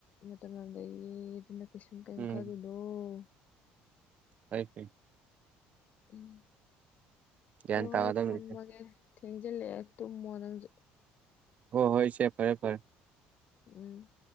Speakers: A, on the left; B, on the right.
A: ꯃꯇꯝ ꯌꯥꯝ ꯂꯩꯔꯤ ꯑꯗꯨꯅ ꯀꯩꯁꯨꯝ ꯀꯩ
B: ꯎꯝ
A: ꯈꯜꯂꯨꯅ‌ꫭ
B: ꯐꯥꯏ ꯐ <unintelligible>
A: ꯎꯝ
B: ꯒ꯭ꯌꯥꯟ
A: ꯍꯣꯏ
B: ꯇꯥꯒꯗꯕꯅꯤ
A: ꯍꯣꯏ ꯊꯝꯃꯒꯦ ꯊꯦꯡꯖꯤꯜꯂꯛꯑꯦ ꯇꯨꯝꯃꯣ ꯅꯪꯁꯨ
B: ꯍ‌ꫭ ꯍꯣꯏ ꯏꯆ‌ꯦ ꯐꯔꯦ ꯐꯔꯦ
A: ꯎꯝ